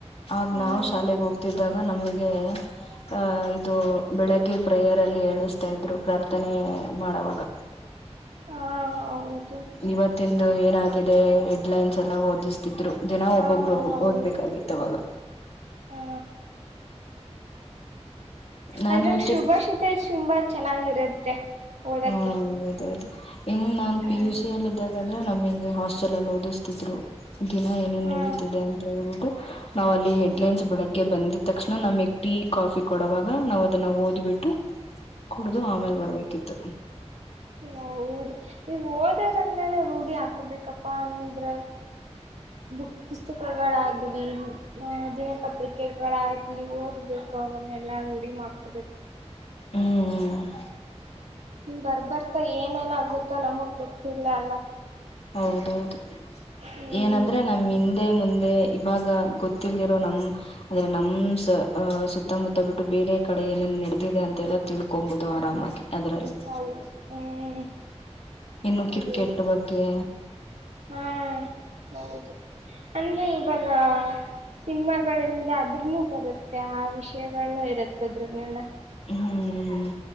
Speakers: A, on the left; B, on the right.
A: ಆಗ
B: ಹ್ಮ್
A: ನಾವು ಶಾಲೆೆಗೆ ಹೋಗ್ತಿದ ಇದಾಗ ನಮಗೆ ಆ ಇದು ಬೆಳಗ್ಗೆ ಪ್ರೇಯರ್ ಅಲ್ಲಿ ಹೇಳಿಸ್ತಾ ಇದ್ರು ಪ್ರಾರ್ಥನೆ ಮಾಡವಾಗ
B: ಹ ಹೌದು
A: ಇವತ್ತಿಂದು ಏನಾಗಿದೆ ಹೆಡ್ಲೈನ್ಸ್ ಎಲ್ಲ ಓದಿಸ್ತಿದ್ರು ಜನ
B: ಹಾ
A: ಒಬ್ಬೊಬ್ರು
B: ಹೌದು
A: ಓದ್ಬೇಕಾಗಿತ್ತು ಅವಾಗ
B: ಹಾ
A: ನಾನ್
B: ಅದ್ರಲ್ಲಿ
A: ಮತ್ತೆ
B: ಶುಭಾಷಿತ ತುಂಬಾ ಚೆನ್ನಾಗಿರುತ್ತೆ ಓದಕ್ಕೆ
A: ಹಾ ಹೌದೌದು ಹಂಗ ನಾನ್
B: ಹ್ಮ್
A: ಪಿಯುಸಿ ಯುಸಿಯಲ್ಲಿ ಇದ್ದಾಗ ನಮಗೆ ಹಾಸ್ಟೆಲ್ ಅಲ್ಲಿ ಓದಿಸ್ತಿದ್ರು ದಿನ ಏನೇನ್
B: ಹಾ
A: ನಡೀತಿದೆ ಅಂತ ಹೇಳ್ಬಿಟ್ಟು ನಾವ್ ಅಲ್ಲಿ ಹೆಡ್ಲೈನ್ಸ್
B: ಹ್ಮ್
A: ಬೆಳಗ್ಗೆ ಬಂದು್ ತಕ್ಷಣ ನಮಗೆ ಟೀ ಕಾಫಿ ಕೊಡುವಾಗ ನಾವ್ ಅದನ್ನ ಓದ್ಬಿಟ್ಟು ಕುಡ್ದು ಆಮೇಲೆ ಬರ್ಬೇಕಿತ್ತು
B: ಹೌದ ನೀವು ಹೋದ್ರಂದಾನೆ ರೂಢಿ ಹಾಕೋಬೇಕಪ್ಪಾ ಅಂದ್ರೆ ಬುಕ್ ಪುಸ್ತಕಗಳಾಗ್ಲಿ ದಿನಪತ್ರಿಕೆಗಳಾಗ್ಲಿ ಬಬೇಕು ಅವನ್ನ ಎಲ್ಲ ಉುಡಿ ಮಾಡ್ಕೊಬೇಕು
A: ಹ್ಮ್್ಮ್
B: ಬರ್ಬರ್ತಾ ಏನ ಏನ ಆಗುತ್ತೋ ನಮಗ್ ಗೊತ್ತಿಲ್ಲ ಅಲ್ಲ
A: ಹೌದೌದು
B: ಹ್ಮ್
A: ಏನಂದ್ರೆ ನಮ್ಮ್ ಹಿಂದೆ ಮುಂದೆ ಇವಾಗ ಗೊತ್ತಿಲ್ರೋ ನಮ್ ಅಂದ್ರೆ ನಮ ಸುತ್ತಮುತ್ತ ಬಿಟ್ಟು ಬೇರೆ ಕಡೆ ಏನ ನಡೆದಿದೆ ಅಂತೆಲ್ಲ ತಿಳ್ಕೊಬಹುದು ಆರಾಮಾಗಿ ಅದ್ರಲ್ಲಿ
B: ಹೌದು ಹ್ಮ್
A: ಇನ್ನು
B: ಹಾಗೆ
A: ಕ್ರಿಕೆಟ್ ಬಗ್ಗೆ
B: ಹಾ ಹೌದು ಅಂದ್ರೆ ಇವಾಗ ಸಿನಿಮಾಗಳಲ್ದ ಅದ್ರನು ಬರುತ್ತೆ ಆ ವಿಷಯಗಳನ್ನ ಇರುತ್ತದ್ರನೆೆಲ್ಲ
A: ಹ್ಮ್